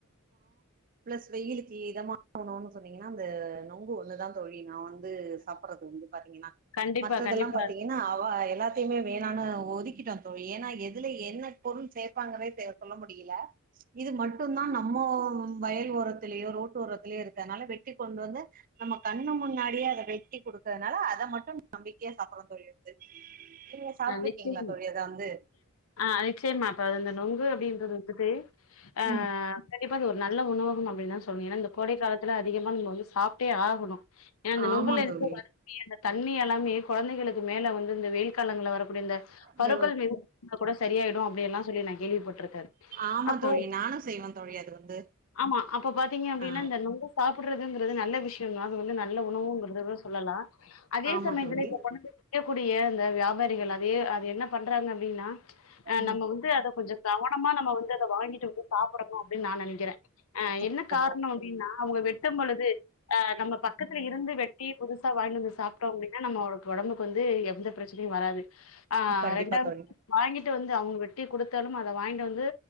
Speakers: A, on the right; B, on the left.
A: ப்ளஸ் வெயிலுக்கு இதமான உணவுன் சொன்னிங்கனா அந்த நொங்கு ஒண்ணுதா தோழி நா வந் து சாப்பட்றது வந்து பாத்திங்கன்னா
B: கண்டிப்பா
A: மற்றதெல்லா
B: கண்டிப்பா
A: பாத்திங்கன்னா அவ எல்லாத்தையுமே வேணான்னு ஒதுக்கிட்டோ தோழி ஏன்னா எதுல என்ன பொருள் சேப்பாங்கனே தெ சொல்ல முடி யல இது மட்டுந்தா நம்மோ வயல் ஓரத்திலயோ ரோட்டோரத்திலயோ இருக்கனால வெட்டி கொண்டு வந்து நம்ம கண்ணு முன்னாடியே அத வெட்டி குடுக்கறனால அத மட்டு நம்பிக்கையா சாப்பட்றோ தோழி வந்து நீங்க சாப்ட்ருக்கீங்களா
B: அ நிச்சயம்
A: தோழி அத வந்து
B: ஆ நிச்சயமா இப்ப அது அந்த நுங்கு அப்டின்றது <unintelligible> ஆ ஆ
A: ம்
B: ஆ இப்ப அது ஒரு நல்ல உணவகம் அப்டின்தா சொல்லனு ஏன்னா இந்த கோடை காலத்துல அதிகமா நம்ம வந்து சாப் டே ஆகணு. ஏன்னா அந்த
A: ஆமா
B: நொங்குல இருந்து
A: தோழி
B: வரிக்கூடிய அந்த தண்ணி எல்லாமே கொழந்தைகளுக்கு மேல வந்து இந்த வெயில் காலங்கள்ல வரு அப்டிந்த
A: இந்த
B: பருக்கள் மீது <inaudible> கூட சொ சரியாயிடு அப்டியல்லா சொல்லி நா கேள்விப்பட்ருக்கே.
A: ஆமா
B: அப்போ
A: தோழி நானு செய்வே தோழி அது வந்து
B: ஆமா அப்ப பாத்தீங்க அப்டின்னா
A: ஆ
B: இந்த நொங்கு சாப் ப்ட்றதுங்கறது நல்ல விஷ் <unintelligible> அது வந்து நல்ல உணவுங்கறத சொல்லலா. அதே
A: ஆமா
B: சமயத்துல
A: தோழி
B: இத கொண்டந்து விக்க கூடிய அந்த வியாபாரிகள் அதயே அத என்ன பண்றாங்க அப்டின்னா ஆ
A: ம்
B: நம்ம வந்து அத கொஞ்சொ கவனமா நம்ம வந்து அத வாங்கிட்டு வந்து சாப்டணு அப்டின்னு நா நெனைக்கறே. ஆ
A: கரெக்ட்
B: என்ன காரணொ அப்டின்னா அவங்க வெட்டம்பொழுது ஆ நம்ம பக்கத்துல இருந்து வெட்டி புதுசா வாய்ன்டு வந்து சாப்ட்டோ அப்டின்னா நம்மக்கு ஒடம்புக்கு வந் து எந்த பிரச்சனையு வராது. ஆ
A: கண்டிப்பா
B: ரெண்டாவது
A: தோழி
B: வாங்கிட் வந்து அவங்க வெட் வெட்டி குடுத்தாலும் அத வாங்கிட் வந்து